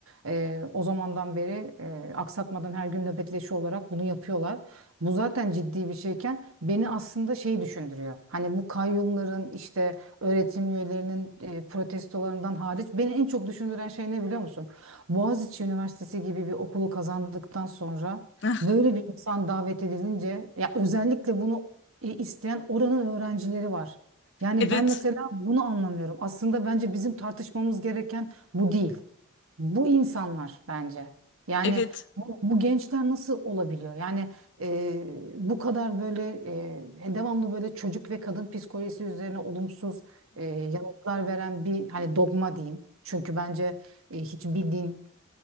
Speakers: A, on the right (about 75°); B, on the left (about 55°).
A: E, o zamandan beri e, aksatmadan her gün nöbetleşi olarak bunu yapıyorlar. Bu zaten ciddi bir şeyken beni aslında şey düşündürüyor. Hani bu kayyumların işte öğretim üyelerinin e, protestolarından hariç beni en çok düşündüren şey ne biliyor musun? Boğaziçi Üniversitesi gibi bir okulu kazandıktan sonra
B: <laughs>
A: Böyle bir insan davet edilince ya özellikle bunu e, isteyen oranın öğrencileri var. Yani
B: Evet.
A: ben mesela bunu anlamıyorum. Aslında bence bizim tartışmamız gereken bu değil. Bu insanlar bence. Yani
B: Evet.
A: bu, bu gençler nasıl olabiliyor? Yani e, bu kadar böyle e, e, devamlı böyle çocuk ve kadın psikolojisi üzerine olumsuz e, yanıtlar veren bir hani dogma diyeyim. Çünkü bence e, hiçbir din